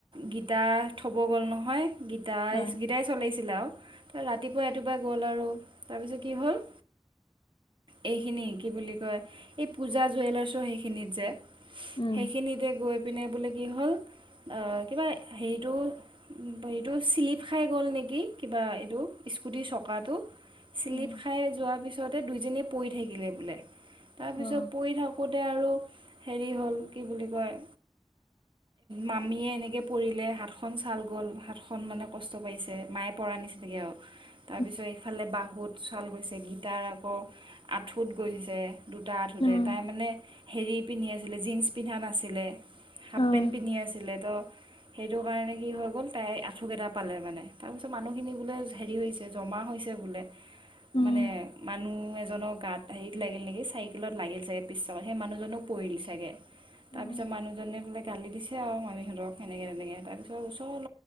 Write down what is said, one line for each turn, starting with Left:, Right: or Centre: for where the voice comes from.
Right: গীতা থ'ব গ'ল নহয় গী গটাই
Left: অ',
Right: <unintelligible> গেইটাই চলাইছিলে আৰু ৰাতিপুৱা ৰাতিপুৱাই গ'ল আৰু তাৰপিছত কি হ'ল এইখিনি কি বুলি কয় এই পূজা জুৱেলাৰছো সেইখিনিত যে,
Left: উম।
Right: সেইখিনিতে গৈ পিনে বোলে কি হ'ল কিবা হেৰিটো এইটো শ্লিপ খাই গ'ল নেকি, কিবা এইটো স্কুটিৰ চকাটো শ্লিপ
Left: উম,
Right: খাই যোৱাৰ পিছতে দুইজনীয়ে পৰি থাকিলে বোলে। তাৰপিছত
Left: অ'।
Right: পু থাকোঁতে আৰু হেৰি হ'ল কি বুলি কয়
Left: <inaudible>
Right: মামীয়ে এনেকৈ পৰিলে হাতখন ছাল গ'ল হাতখন মানে কষ্ট পাইছে মায়ে পৰা নিচিনাকৈ আৰু
Left: <inaudible>
Right: তাৰপিছত এইফালে বাঁহুত চাল গৈছে গীটাৰ আকৌ আঁঠুত গৈছে দুটা আঁঠোতে
Left: উম
Right: তাই মানে হেৰি পিন্ধি আছিলে জীন্স পিন্ধা নাছিলে। হাফ
Left: অ'
Right: পেণ্ট পিন্ধি আছিলে তো সেইটোৰ কাৰণে কি হৈ গ'ল তাইৰ আঁঠুক এটা পালে মানে তাৰপিছত মানুহখিনি বোলে হেৰি হৈছে জমা হৈছে বোলে
Left: উম
Right: মানে মানুহ এজনৰ গাত হেৰিত লাগিল নেকি চাইকেলত লাগিল চাগে পিছালত সেই মানুহজননেও পৰি দি চাগৈ তাৰপিছত
Left: উম
Right: মানুহজনে বোলে গালি দিছে আৰু মামীহঁতক সেনেকে তেনেকে তাৰপিছৰ ওচৰপ